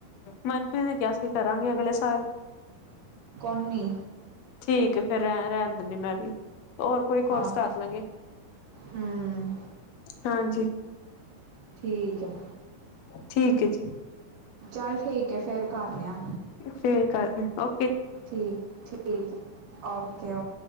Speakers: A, on the left; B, on the right.
A: ਮਨਪ੍ਰੀਤ ਨੇ ਕਿਹਾ ਸੀ ਕਰਾਂਗੇ ਅਗਲੇ ਸਾਲ।
B: ਕੋਨੀ।
A: ਠੀਕ ਫੇਰ ਰਹਿ ਰਹਿਣ ਦਿੰਦੀ ਮੈਂ ਵੀ ਹੋਰ ਕੋਈ ਕੋਰਸ
B: ਆਹੋ
A: ਕਰ ਲਾਂਗੇ
B: ਹੂੰ
A: ਹਾਂਜੀ।
B: ਠੀਕ ਹੈ।
A: ਠੀਕ ਹੈ ਜੀ
B: ਚੱਲ ਠੀਕ ਹੈ ਫੇਰ ਕਰਨ ਆ।
A: ਸਹੀ ਗੱਲ ਓ
B: ਠੀਕ-ਠੀਕ, ਓਕੇ-ਓਕੇ।